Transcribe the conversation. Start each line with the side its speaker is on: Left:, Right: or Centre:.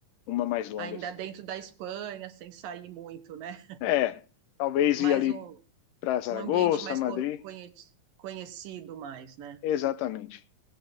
Left: uma mais longa
Right: Ainda
Left: assim.
Right: dentro da Espanha, sem sair muito, né?
Left: É, talvez
Right: Mais
Left: ir ali
Right: um,
Left: para Zaragoza,
Right: um ambiente mais
Left: Madrid,
Right: co- conhe- conhecido mais, né?
Left: exatamente.